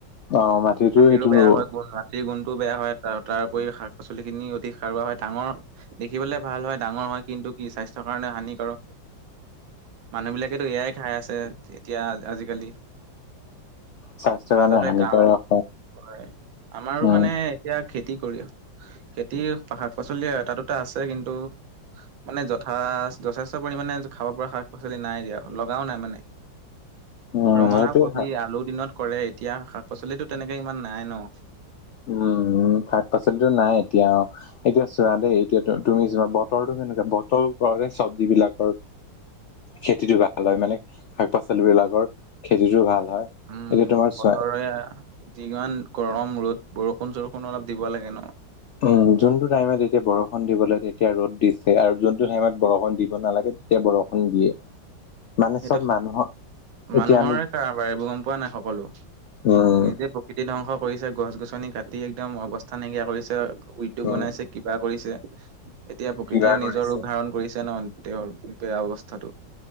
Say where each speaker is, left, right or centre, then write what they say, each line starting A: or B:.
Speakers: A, on the left; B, on the right.
A: অ মাটিতো
B: মটিৰো
A: এইটো
B: বেয়া
A: উম
B: হয়, গুণ মাটিৰ গুণটোও বেয়া হয়, তাৰ তাৰ উপৰি শাক পাচলি খিনি অধিক সাৰুৱা হয়, ডাঙৰ, দেখিবলৈ ভাল হয় ডাঙৰ হয়, কিন্তু ই স্বাস্থ্যৰ কাৰণে হানি আৰু, মানুহ বিলাকেতো এয়াই খাই আছে, এতিয়া আজিকালি।
A: স্বাস্থ্যৰ
B: মাজতে
A: কাৰণে হানিকাৰক
B: গাওঁ, হয় আমাৰোঁ
A: উম
B: মানে এতিয়া খেতি কৰি, খেতিৰ শাক পাচলি এটা দুটা আছে কিন্তু। মানে যথা, যথেষ্ট পৰিমানে খাব পৰা শাক পাচলি নাই দিয়া, লগাও নাই মানে।
A: উম
B: ৰঙালাও,
A: সেইটোৱে
B: কবি,
A: হয়
B: আলুৰ দিনত কৰে, এতিয়া শাক পাচলিতো তেনেকে ইমান নাইয়ে ন।
A: উম, উম, শাক পাচলিটো নাই এতিয়া, এতিয়া চোৱা দেই এতিয়া তুমি চোৱা বতৰটো সেনেকুৱা, বতৰ ওপৰতে চবজি বিলাকৰ খেতিটো ভাল হয় মানে, শাক পাচলি বিলাকৰ খেতিটো ভাল। হয়।
B: উম
A: এতিয়া তোমাৰ
B: বতৰে,
A: চোৱা
B: কিমান গৰম ৰ'দ বৰষুণ চৰষুণ অলপ দিব লাগে ন।
A: উম, যোনটো টাইমত এতিয়া বৰষুণ দিবলৈ তেতিয়া ৰ'দ দিছে আৰু যোনটো টাইমত বৰষুণ দিব নালাগে তেতিয়া বৰষুণ দিয়ে। মানে
B: সেইটো
A: চব মানুহৰ
B: মানুহৰে
A: এতিয়া আমি
B: কাৰোবাৰ এইবোৰ গম পোৱা নাই সকলো,
A: উম,
B: নিজে প্ৰকৃতি ধ্বংস কৰিছে, গছ গছনি কাটি একদম অৱস্থা নাইকিয়া কৰিছে, উদ্যোগ
A: উম,
B: বনাইছে, কিবা কৰিছে। এতিয়া প্ৰকৃতিয়ও
A: কিবা কৰিছে
B: নিজৰ ৰূপ ধাৰণ কৰিছে নহয়, তেওঁৰ বেয়া অৱস্থাটো।